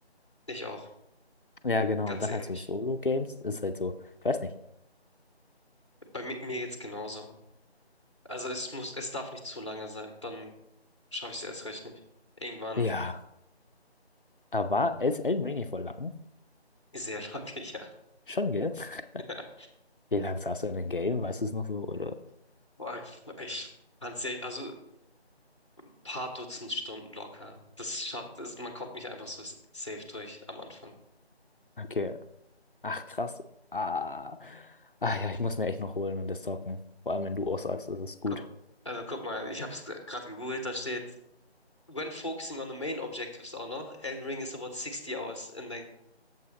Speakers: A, on the left; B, on the left.
A: Ich auch,
B: Ja, genau.
A: ganz
B: Und dann
A: ähnlich.
B: halt so Solo-Games ist halt so, ich weiß nicht.
A: Bei mi mir jetzt genauso. Also es muss, es darf nicht zu lange sein, dann schaffe ich es erst recht nicht. Irgendwann
B: Ja. Aber ist elf Mini voll lang?
A: sehr lange, <laughs> ja,
B: Schon, gell? <laughs>
A: ja.
B: Wie lange saß du in dem Game? Weißt du es noch so? Oder?
A: Boah, ich ich kann's ja, also ein paar Dutzend Stunden locker. Das schafft, das, man kommt nicht einfach so safe durch am Anfang.
B: Okay. Ach, krass. Ah. Ach ja, ich muss mir echt noch holen und das zocken. Vor allem, wenn du auch sagst, das ist gut.
A: Guck, also guck mal, ich habe es gerade gegoogelt, da steht when focusing on the main objectives auch noch, Elden Ring is about 60 hours in length.